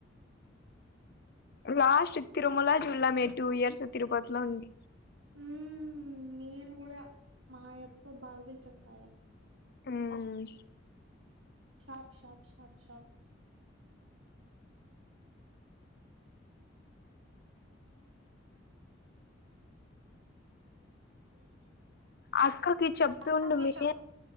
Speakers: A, on the left (about 55°); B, on the right (about 85°).
A: లాస్ట్ తిరుమల జుల్లా మే టూ ఇయర్స్ తిరుపతిలో ఉంది.
B: ఉమ్ నేను కూడా మా యబ్బ బాధపడి చెప్పాలి
A: హ్మ్
B: షాప్ షాప్ షాప్ షాప్ <unintelligible> <unintelligible>
A: అక్కకి చెప్తుండు
B: అక్కకి
A: మే
B: చెప్